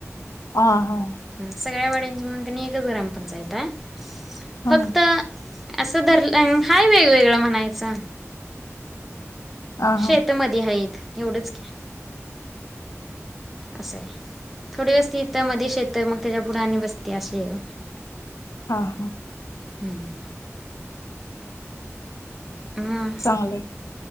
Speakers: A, on the left; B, in the centre.
A: ह हा.
B: ह. सगळ्या वाड्यांची मिळून कणी एकच ग्राम पंचायत हाय
A: हा
B: फक्त असं धरलं हाय वेगवेगळं म्हणायचं.
A: हा हा
B: शेतमध्ये आहे आहेत एवढंच की. असंय आहे थोडी वस्तीत मध्ये शेत मग त्याच्या पुढं आणि बस्ती असं हाय.
A: हा हा
B: हम्म अहम्म
A: चांगलय